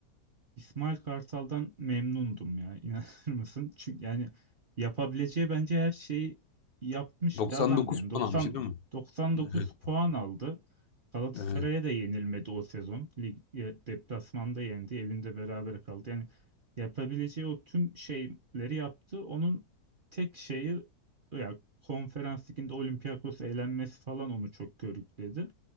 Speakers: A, on the right; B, on the left.
A: İsmail Kartal'dan memnundum ya <laughs> inanır mısın? Çünkü yani yapabileceği bence her şeyi yapmış
B: 99
A: bir adamdı. Yani 90
B: puan almıştı değil mi?
A: 99
B: Evet,
A: puan aldı. Galatasaray'a
B: evet,
A: da yenilmedi o sezon. Lig e, deplasmanda yendi, evinde berabere kaldı. Yani yapabileceği o tüm şeyleri yaptı. Onun tek şeyi ya konferans liginde Olympiakos eğlenmesi falan onu çok körükledi.